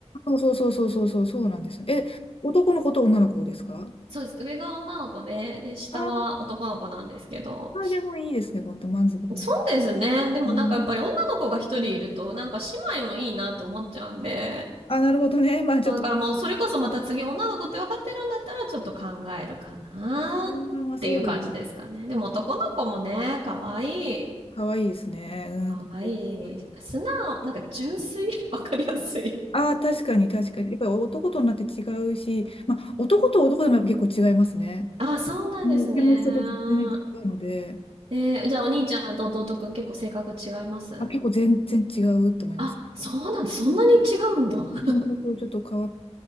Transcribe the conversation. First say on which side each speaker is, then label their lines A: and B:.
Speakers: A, on the left; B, on the right.
A: そうそうそうそうそうそう、そうなんですよ。え、男の子と女の子ですか
B: そうです。上が女の子で、で、下は男の子なんですけど。
A: あーあ、じゃあもういいですね、本当満足、満足。
B: そうですね。でもなんかやっぱり女の子が一人いると、
A: うん、
B: なんか姉妹もいいなと思っちゃうんで。
A: あ、なるほどね。<laughs> まあちょっと、
B: そう、だからもうそれこそまた次女の子って分かってるんだったらちょっと考えるかなっていう感じですかね。
A: うん、まあそう、
B: でも男の子もね、可愛い
A: かわいいですね。うん、
B: 可愛い素直、
A: かわいい。かわいい
B: なんか純粋。<laughs> わかりやすい。
A: ああ、確かに確かに。やっぱり男と女って違うし、まあ男と男でもやっぱ結構違いますね。
B: あ、そうなんですね。
A: うん、でも人と全然違うので、
B: えーじゃあお兄ちゃんと弟くん結構性格が違います
A: あ、結構全然違うと思います。
B: あ、そうなんだ。そんなに違うんだ。
A: うん、なんかちょっと変わっ